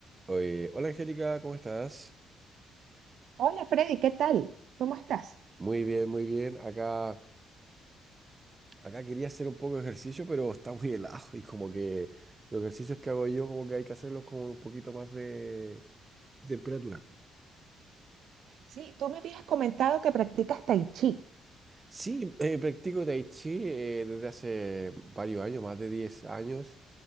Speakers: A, on the right (about 25°); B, on the right (about 70°).
A: Oye, hola Angélica, ¿cómo estás?
B: Hola Freddy, ¿qué tal? ¿Cómo estás?
A: Muy bien, muy bien. Acá, acá quería hacer un poco de ejercicio, pero está muy helado <laughs> y como que los ejercicios que hago yo como que hay que hacerlos con un poquito más de temperatura.
B: Sí, tú me habías comentado que practicas tai chi.
A: Sí, eh, practico Tai Chi eh, desde hace varios años, más de 10 años.